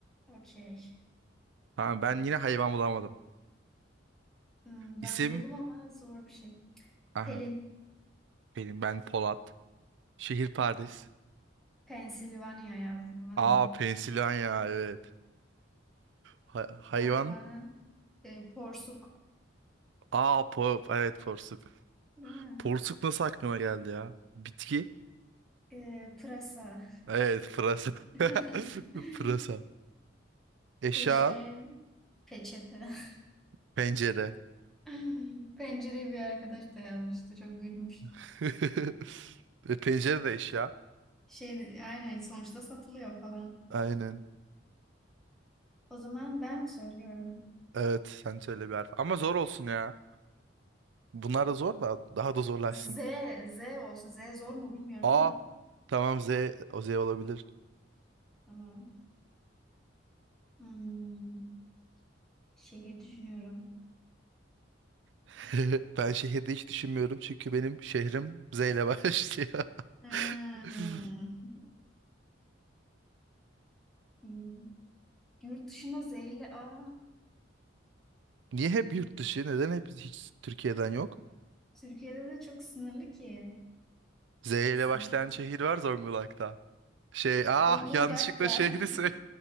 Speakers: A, in the centre; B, on the right (about 65°).
A: Okey.
B: Tamam ben yine hayvan bulamadım.
A: Hmm, ben
B: İsim
A: buldum ama zor bir şey.
B: aha
A: Pelin.
B: benim ben Polat. Şehir Paris.
A: Pennsylvania yazdım ben
B: Aa
A: de.
B: Pensilvanya evet. Ha- hayvan
A: Hayvan. Ee, porsuk.
B: Aa po evet porsuk.
A: Değil mi?
B: Porsuk nasıl aklıma geldi ya? Bitki.
A: Ee, pırasa.
B: Evet pırasa.
A: <laughs>
B: <laughs> Pırasa. Eşya
A: Eşeğe. Peçete. <laughs>
B: pencere.
A: <laughs> Pencereye bir arkadaş da yazmıştı. Çok gülmüştüm.
B: <laughs> E, Pencere de eşya.
A: Şey, aynen sonuçta satılıyor falan.
B: Aynen.
A: O zaman ben söylüyorum.
B: Evet sen söyle bir harf. Ama zor olsun ya. Bunlar da zor da daha da zorlaşsın.
A: Z, Z olsun. Z zor mu bilmiyorum
B: A,
A: ama.
B: tamam Z o Z olabilir.
A: Tamam. Hmm, şehir düşünüyorum.
B: <laughs> Ben şehirde hiç düşünmüyorum çünkü benim şehrim Z ile başlıyor. <laughs>
A: Hmm. Hmm. Yurt dışında Z ile A.
B: Niye hep yurt dışı? Neden hep hiç Türkiye'den yok?
A: Türkiye'de de çok sınırlı ki.
B: Z
A: Siz,
B: ile başlayan şehir var Zonguldak'ta. Şey, ah
A: Zonguldak'ta.
B: yanlışlıkla şehri
A: <laughs>
B: söyle.